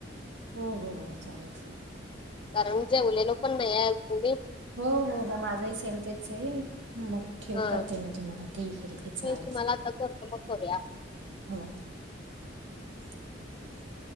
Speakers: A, on the right; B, on the left.
A: हो हो हो चालेल चालेल.
B: कारण जेवलेलो पण नाही अजून मी
A: हो हो हो माझाही सेम तेच आहे मग ठेव
B: हा
A: करते मी तुम्हाला ठीक आहे ठीक आहे चालेल
B: मी तुम्हाला
A: ले
B: आता करतो मग करूया.
A: हो. हम.